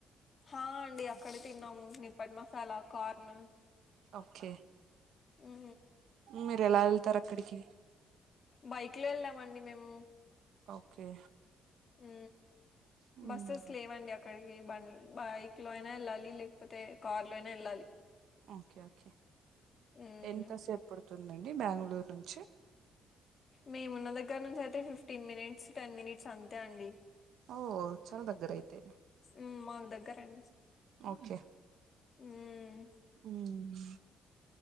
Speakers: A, on the left; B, on the right.
A: హా అండి అక్కడే తిన్నాము నిప్పు పట్ మసాలా కార్న్
B: ఓకే
A: ఊ
B: మీరు ఎలా వెళ్తారు అక్కడికి
A: బైక్ ల వెళ్ళమండి మేము
B: ఓకే
A: ఊ
B: హ్మ్.
A: బస్సెస్ లేవండి అ అక్కడికి బం బైక్ లో అయినా వెళ్ళాలి లేకపోతే కార్ లో అయినా వెళ్ళాలి.
B: ఓకే ఓకే
A: మ్మ్
B: ఎంతసేపు పడుతుందండి బెంగళూరు నుంచి
A: మేమున్న దగ్గర నుంచి అయితే ఫిఫ్టీన్ మినిట్స్ టెన్ మినిట్స్ అంతే అండి.
B: ఓ చాల దగ్గరైతే
A: ఊ మాకు దగ్గరండి
B: ఓకే
A: హ్మ్
B: హ్మ్